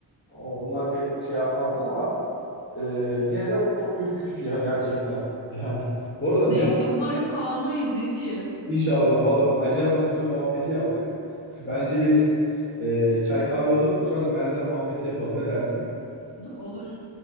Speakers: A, on the left; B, on the left.
A: O- Onlar pek şey yapmazlar ama Ee, yine de çok ürkütücü ya gerçekten. <laughs> Yani bu arada
B: Neyse
A: ne
B: umarım kalmayız ne diyelim.
A: inşallah vallahi bir acayip asansör muhabbeti yaptık. <laughs> Bence bir e, çay kahve alıp bu sefer de merdiven muhabbeti yapalım. Ne dersin?
B: <laughs> Olur.